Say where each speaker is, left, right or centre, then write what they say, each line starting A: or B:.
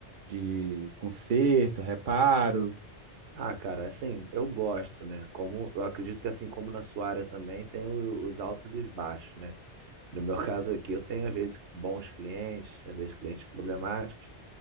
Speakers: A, on the right (about 55°); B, on the right (about 75°).
A: de conserto, reparo?
B: Ah, cara, assim, eu gosto, né? Como eu acredito que assim como na sua área também tem o- os altos e os baixos, né? No meu <laughs> caso aqui, eu tenho às vezes bons clientes, às vezes clientes problemáticos.